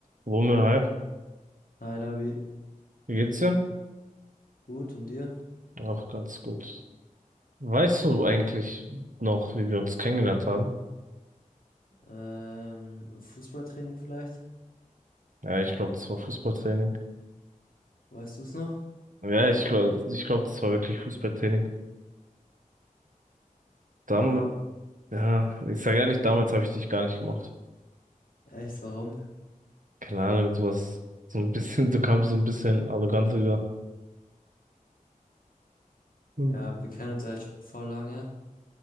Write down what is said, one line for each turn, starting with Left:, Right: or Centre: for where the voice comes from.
Right: Wumme, hi,
Left: Hi Labi,
Right: wie geht's dir?
Left: gut und dir?
Right: Auch ganz gut. Weißt du eigentlich noch, wie wir uns kennengelernt haben?
Left: Ähm, im Fußballtraining vielleicht?
Right: Ja, ich glaube, das war Fußballtraining.
Left: Weißt du es noch?
Right: Ja, ich glaube, ich glaube, das war wirklich Fußballtraining. Dam
Left: Ja,
Right: ja, ich sage ehrlich, damals habe ich dich gar nicht gemacht.
Left: echt, warum?
Right: Keine Ahnung, du warst so ein bisschen, du kamst so ein bisschen arrogant rüber. Hm.
Left: Ja, wir kennen uns ja jetzt schon voll lange,